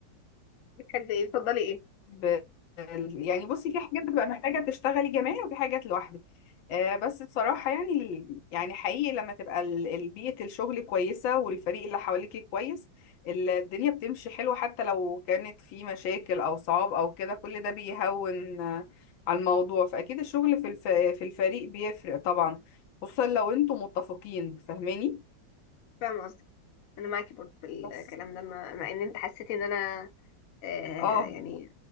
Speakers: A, on the left (about 60°); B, on the left (about 90°).
A: بتحبي ايه تفضلي ايه
B: ب... يعني بصي في حاجات بتبقى محتاجة تشتغلي جماعي وفي حاجات لوحدك آه بس بصراحة يعني ال- يعني حقيقي لما تبقى ال- ال- بيئة الشغل كويسة والفريق اللي حواليكي كويس ال- الدنيا بتمشي حلوة حتى لو كانت في مشاكل أو صعاب أو كده كل ده بيهون آه، على الموضوع فأكيد الشغل في الف... في الفريق بيفرق طبعا خصوصا لو انتم متفقين فاهماني
A: فاهمة قصدي انا معاكي برضه في
B: بس
A: الكلام ده مع مع ان انت حسيتي ان انا آه
B: اه
A: يعني